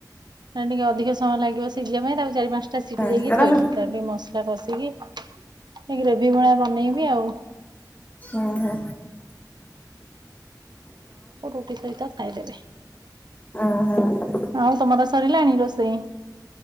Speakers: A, on the right; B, on the left.
A: ନା ଟିକେ ଅଧିକ ସମୟ ଲାଗିବ ସିଝିବା ପାଇଁ ତାକୁ ଚାରି ପାଞ୍ଚଟ ସେଟା ସିଟି
B: ହୁଁ
A: ଦେଇକି
B: କେରା
A: ଥୋଇଛିିବ
B: ହୁଁ
A: ତା ଟିକେ ମସଲା କଷିକି ଟ ଗ୍ରେଭି ଭୂଳା ବନେଇବି ଆଉ।
B: ଓହୋ।
A: ରୁଟି ସହିତ ଖାଇଦେବେ
B: ଉଁ ହୁଁ
A: ଆଉ ତମର ସରିଲାଣି ରୋଷେଇ?